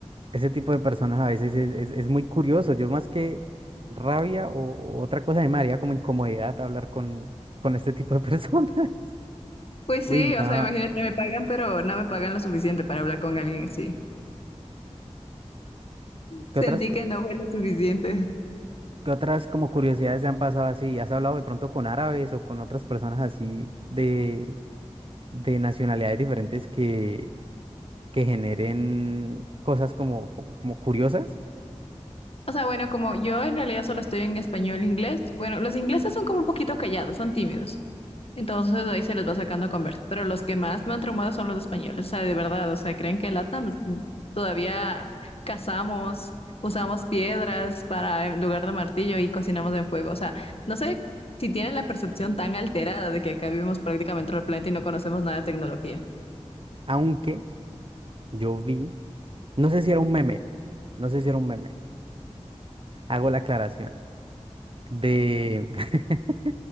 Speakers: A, on the right (about 50°); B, on the left (about 55°).
A: ese tipo de personas a veces es, es- es muy curioso. Yo más que rabia o, o otra cosa, a mí me haría como incomodidad hablar con, con este tipo de <laughs> personas.
B: Pues sí,
A: Uy,
B: o
A: no.
B: sea, imagínate, me pagan, pero no me pagan lo suficiente para hablar con alguien así. Sentí
A: ¿Qué otras, cu-
B: que no fue lo suficiente.
A: qué otras como curiosidades te han pasado así? ¿Has hablado de pronto con árabes o con otras personas así de, de nacionalidades diferentes que, que generen cosas como, como, como curiosas?
B: O sea, bueno, como yo en realidad solo estoy en español e inglés, bueno, los ingleses son como un poquito callados, son tímidos. Entonces ahí se les va sacando conversa. Pero los que más me han traumado son los españoles, o sea, de verdad, o sea, creen que LATAM todavía cazamos, usamos piedras para en lugar de martillo y cocinamos en fuego. O sea, no sé si tienen la percepción tan alterada de que acá vivimos prácticamente en el planeta y no conocemos nada de tecnología.
A: Aunque yo vi, no sé si era un meme, no sé si era un meme, hago la aclaración. de, <laughs>